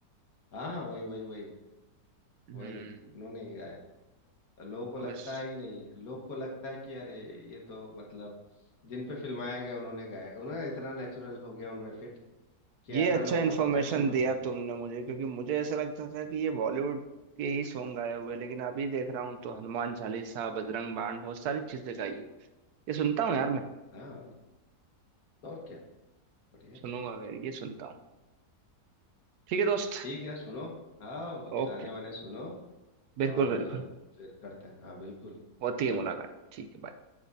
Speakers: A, on the left; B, on the right.
A: हाँ हाँ वही वही वही
B: हम्म
A: वही उन्होंने ही गाया है। लोगों को लगता
B: अब इस
A: है ही नहीं है। लोग को लगता है कि अरे ये तो मतलब जिन पे फिल्माया गया उन्होंने गाया उन्होंने इतना नेचुरल हो गया उनमें फिट कि
B: ये
A: ऐसा
B: अच्छा
A: लोगों का
B: इन्फॉर्मेशन
A: परसेप्शन बन
B: दिया
A: गया उनका
B: तुमने मुझे क्योंकि मुझे ऐसा लगता था कि ये बॉलीवुड के ही सॉन्ग गाए हुए लेकिन अभी देख रहा हूँ तो हनुमान चालीसा बजरंग बाण बहुत सारी चीजें गाई है ये सुनता हूँ यार मैं
A: हाँ तो और क्या बढ़िया
B: सुनूंगा मैं ये सुनता हूँ ठीक है दोस्त
A: ठीक है सुनो हाँ
B: ओके
A: गाने वाने सुनो
B: बिल्कुल
A: और
B: बिल्कुल
A: अ, फिर करते हैं हाँ बिल्कुल
B: होती है
A: चलो
B: मुलाकात ठीक है bye।